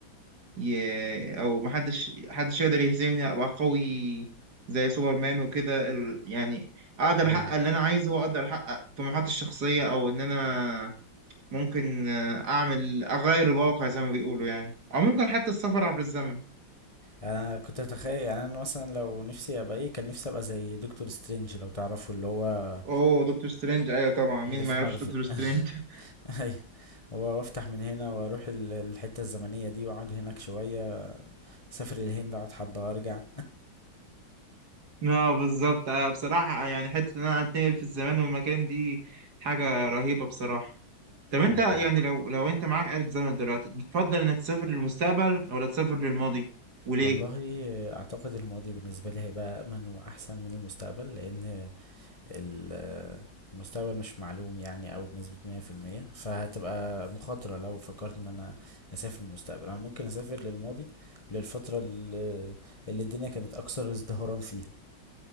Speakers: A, on the right; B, on the left.
A: ي... او محدش حدش يقدر يهزمني ابقى قوي زي سوبرمان وكده ال- يعني اقدر
B: ايوه
A: احقق اللي انا عايزه واقدر احقق طموحاتي الشخصية او ان انا ممكن آه، اعمل اغير الواقع زي ما بيقولوا يعني او ممكن حتى السفر عبر الزمن
B: انا كنت اتخيل يعني انا مثلا لو نفسي ابقى ايه كان نفسي ابقى زي دكتور سترينج لو تعرفوا اللي هو
A: اوه دكتور سترينج ايوه طبعا مين
B: اللي في
A: ما يعرفش
B: مارفل
A: دكتور سترينج
B: <laughs>
A: <laughs>
B: ايوه هو وافتح من هنا واروح ال- الحتة الزمنية دي واقعد هناك شوية اسافر الهند اقعد حبة وارجع
A: اه بالظبط ايوه بصراحة يعني حتة ان انا اتنقل في الزمان والمكان دي حاجة رهيبة بصراحة طب انت
B: يعني
A: يعني لو لو انت معاك آلة زمن دلوقتي بتفضل انك تسافر للمستقبل ولا تسافر للماضي وليه
B: والله اعتقد الماضي بالنسبة لي هيبقى امن واحسن من المستقبل لان ال- المستقبل مش معلوم يعني أوي بنسبة مية في المية فهتبقى مخاطرة لو فكرت ان انا اسافر للمستقبل انا ممكن اسافر للماضي للفترة اللي, اللي الدنيا كانت اكثر ازدهارا فيها